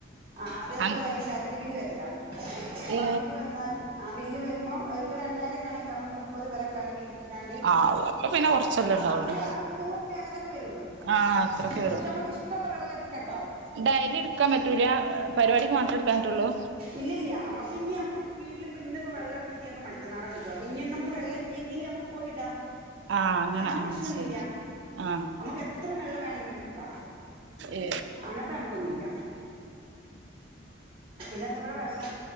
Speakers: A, on the right; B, on the right.
A: ആ അതേപോലെ
B: അങ്
A: അയ്ന് കരണ്ട് ബില്ല് വര്ലാ പ്പ
B: ഏ
A: ആ ബില്ല് വന്നാൽ ആ ബില്ല് വര്മ്പോ അപ്പോ രണ്ടായിരക്കാണെങ്കിൽ നമ്മള് മുപ്പത് പെര ക്കാര് പിരിച്ചിങ്ങാണ്ട്
B: ആ അപ്പൊ പിന്നെ കൊറച്ചല്ലേ
A: ആ
B: ഉണ്ടാവുള്ളു
A: അതല്യ ഒരു നൂറുപ്യ അങ്ങനെക്കെ വെരുള്ളൂ
B: ആ അത്രൊക്കെ
A: പക്ഷെ നമ്മക്ക് ഇഷ്ടള്ള വെള്ള എട്‌ക്കട്ടോ
B: ഡെയ്ലിട്ക്കാൻ പറ്റൂല പരിപാടിക്ക് മാത്രം എടുക്കാൻ പറ്റുള്ളൂ
A: ഇല്ലല്ല അമ്മക്ക് ഇനി അമ്മക്ക് വീട്ടിലിപ്പോ ന്ന്പ്പൊ വെള്ള കിട്ടിയപ്പൊ മറ്റന്നാളെ കിട്ട അപ്പ ഇനി നുക്ക് വെള്ള ഇല്ലെങ്കില് നമുക്ക് പോയി ഇട
B: ആ അങ്ങനെ
A: അങ്ങനത്തെ
B: ആ
A: പ്രശ്നൊന്നു
B: ശരി
A: ല്ല
B: ആ
A: നമ്മക്ക് എത്ര വെള്ളം വേണെകിലും എട്ക്ക
B: ഏ
A: അങ്ങനത്തെ കണക്കൊന്നുല്ല പിന്നെ എന്തവടെ വെള്ളം